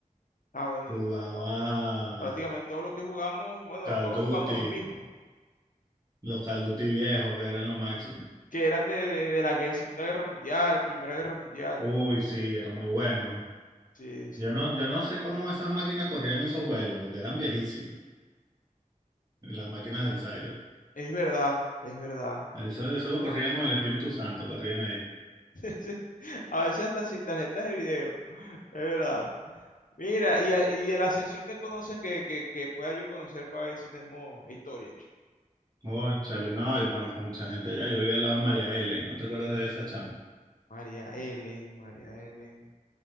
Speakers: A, on the left; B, on the right.
A: Ah, bueno,
B: Jugaba
A: prácticamente todos los que jugamos, bueno,
B: Call
A: todos
B: of
A: jugamos
B: Duty,
A: los mismos,
B: los Call of Duty viejos, que eran lo máximo.
A: que eran de, de, de la gue- Segunda Guerra Mundial, Primera Guerra Mundial.
B: Uy, sí, era muy bueno.
A: Sí, sí,
B: Yo no, yo no sé cómo esas máquinas corrían esos juegos, porque eran viejísimos, las máquinas del cyber.
A: es verdad, es verdad.
B: Eso, eso lo corrían con el Espíritu Santo, corrían ahí.
A: <laughs> A veces hasta sin tarjetas de video, es verdad. Mira, y, a- y de la ascensión que conoces que, que, que pueda yo conocer para ver si tenemos historia.
B: Cónchale, no, yo conozco mucha gente allá. Yo vivía al lado de María Helen, ¿no te acuerdas de esa chama?
A: María Ellen, María Ellen.